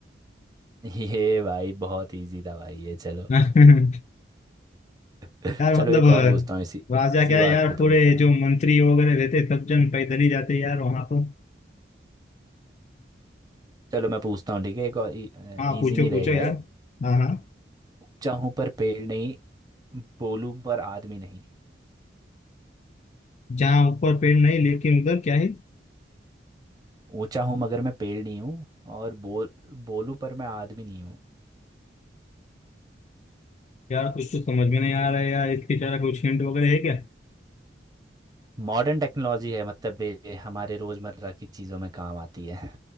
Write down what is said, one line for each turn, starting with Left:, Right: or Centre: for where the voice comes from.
Right: <laughs> ये भाई बहुत इजी था भाई ये चलो
Left: <laughs> यार
Right: <laughs>
Left: मतलब
Right: चलो एक और
Left: अ,
Right: पूछता हूँ इसी
Left: राजा
Right: इसी
Left: क्या
Right: बात
Left: है यार
Right: पे तुमसे
Left: पूरे
Right: हाँ।
Left: जो मंत्री वगैरह रहते हैं, सब जन पैदल ही जाते हैं यार वहां तो
Right: चलो मैं पूछता हूँ ठीक है एक और इजी
Left: हाँ पूछो
Right: नहीं
Left: पूछो
Right: रहेगा
Left: यार
Right: ये
Left: हाँ हाँ
Right: ऊंचा हूँ पर पेड़ नहीं बोलूं पर आदमी नहीं
Left: जहाँ ऊपर पेड़ नहीं लेकिन उधर क्या है
Right: ऊंचा हूँ मगर मैं पेड़ नहीं हूँ और बोल बोलूं पर मैं आदमी नहीं हूँ
Left: यार कुछ तो समझ में नहीं आ रहा है यार इसकी तरह कुछ हिंट वगैरह है क्या
Right: मॉडर्न टेक्नोलॉजी है मतलब ये हमारे रोज़मर्रा की चीज़ों में काम आती है